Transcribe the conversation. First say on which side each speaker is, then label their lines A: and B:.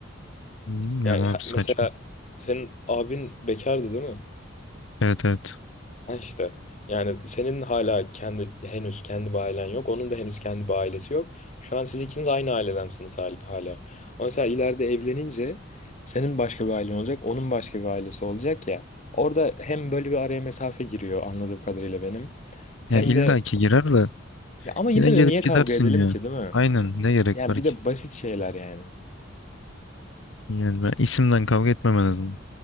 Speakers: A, on the left; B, on the left.
A: Bilmiyorum
B: Yani
A: abi
B: ha-
A: saçma.
B: mesela senin abin bekardı değil mi?
A: Evet evet.
B: Ha işte yani senin hala kendi henüz kendi bir ailen yok. Onun da henüz kendi bir ailesi yok. Şu an siz ikiniz aynı ailedensiniz hal- hala. Ama mesela ileride evlenince senin başka bir ailen olacak. Onun başka bir ailesi olacak ya. Orada hem böyle bir araya mesafe giriyor anladığım kadarıyla benim. Hem
A: Ya illa
B: de
A: ki girer de
B: ya ama yine
A: yine gelip
B: de niye
A: gidersin
B: kavga edelim
A: ya.
B: ki değil mi?
A: Aynen ne gerek
B: Yani
A: var
B: bir
A: ki?
B: de basit şeyler yani.
A: Yani ben isimden kavga etmem en azından.